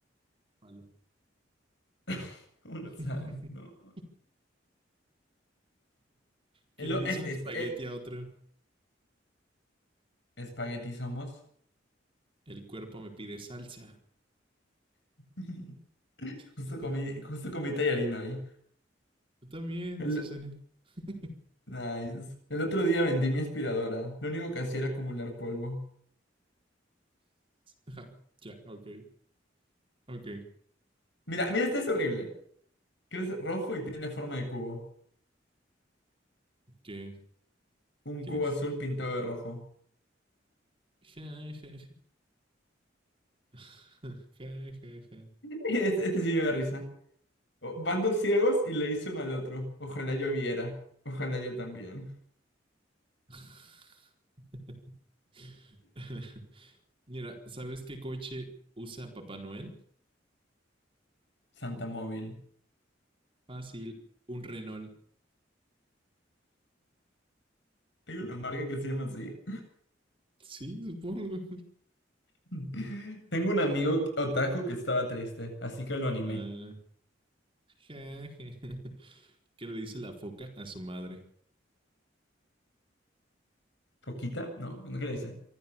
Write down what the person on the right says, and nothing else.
palo.
<laughs>
que
le
dice
un espagueti
a otro.
El cuerpo me pide salsa.
<laughs>
Yo también,
eso cené. <laughs>
Ajá, ya, yeah, ok. Ok,
¿qué,
qué
es?
Ja, ja, ja. <laughs> Ja, ja, ja.
<laughs> Mira, ¿sabes qué coche usa Papá Noel?
Fácil, un Renault.
Sí, supongo. <laughs>
Ah, ja, ja. <laughs> ¿Qué le dice la foca a su madre?